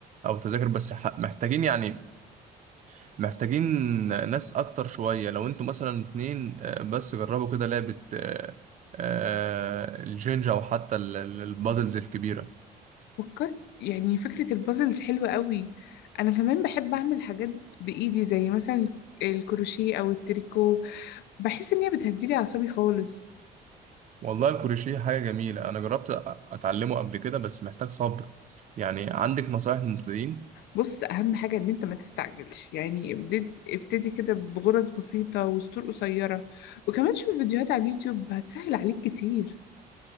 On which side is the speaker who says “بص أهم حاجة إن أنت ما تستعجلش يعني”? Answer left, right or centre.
Left